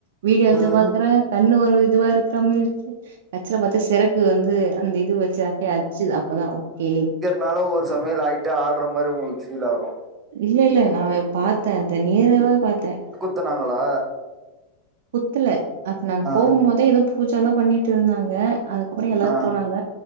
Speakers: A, on the right; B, on the right.
A: வீடு எடுத்து
B: ம்
A: பார்த்த கண்ணு ஒரு இதுவா இருக்கிற மாதிரி இருக்கு அச்சுவல பாத்தா சிறக்கு வந்து அந்த இது வச்சு சேரி அப்பதான் ஓகே
B: னால ஒரு சமயம் லைட்ட ஆடுற மாதிரி உங்களுக்கு ஃபீல் ஆகும்
A: இல்ல இல்ல நான் பாத்தேன் அத நேராவ பாத்தேன்
B: குத்தனாங்களா
A: குத்துல அது நாங்க
B: ஆ
A: போகும் போதே ஏதோ பூஜை எல்லாம் பண்ணிட்டு இருந்தாங்க அதுக்கப்புற எல்லாரு
B: ஆ
A: போனாங்க